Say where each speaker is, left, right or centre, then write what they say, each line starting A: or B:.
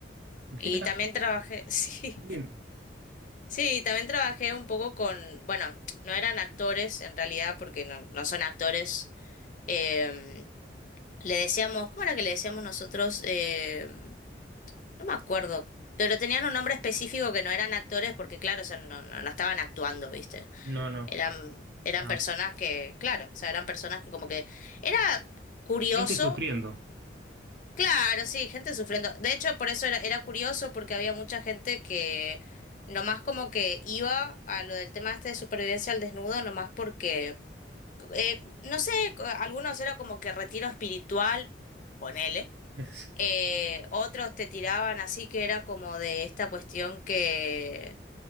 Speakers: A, on the right; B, on the left.
A: <laughs>
B: Y también trabajé, <laughs> sí,
A: Mira, lindo.
B: sí, también trabajé un poco con, bueno, no eran actores en realidad porque no, no son actores. Em, le decíamos, ¿cómo era que le decíamos nosotros? Em, no me acuerdo, pero tenían un nombre específico que no eran actores porque claro, o sea, no, no no estaban actuando, ¿viste?
A: No,
B: Eran, eran
A: no.
B: personas que, claro, o sea, eran personas que como que era curioso,
A: Gente sufriendo.
B: claro, sí, gente sufriendo. De hecho, por eso era, era curioso porque había mucha gente que nomás como que iba a lo del tema este de supervivencia al desnudo, nomás porque, eh, no sé, co- algunos era como que retiro espiritual, ponele.
A: <laughs> Es-
B: eh, otros te tiraban así que era como de esta cuestión que